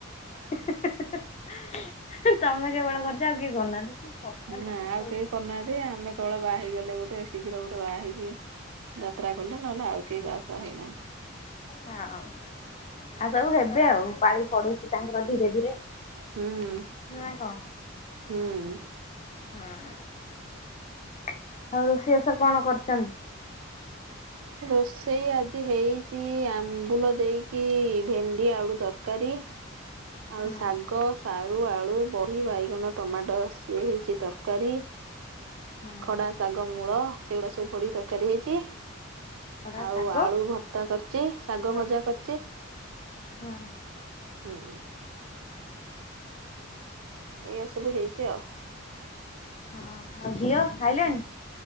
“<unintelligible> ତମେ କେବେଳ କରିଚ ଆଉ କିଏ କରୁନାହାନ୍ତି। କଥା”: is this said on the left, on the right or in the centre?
Left